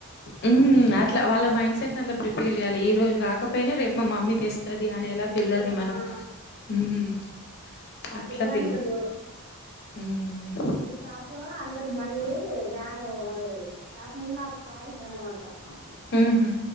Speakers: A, on the left (about 50°); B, on the right (about 45°).
A: హ్మ్ అట్లా వాళ్ళ మైండ్ట్ సెట్ ని అట్లా ప్రిపేర్ చేయాలి ఎ రోజు కాకపోయినా రేపు మా మమ్మీ తెస్ తది అనేలా
B: చేస్తారు
A: పిల్లల్ని మనం
B: ఆ
A: హ్మ్
B: అట్లనే
A: అట్లా పిల్ల
B: అంటడు
A: హ్మ్.
B: ఆళ్ళు షాప్ ల అందరికి బండి వ్యాన్ మనది షాప్ ముందు ఆపుతా ఉంటరు అన్నమాట ట
A: ఉహు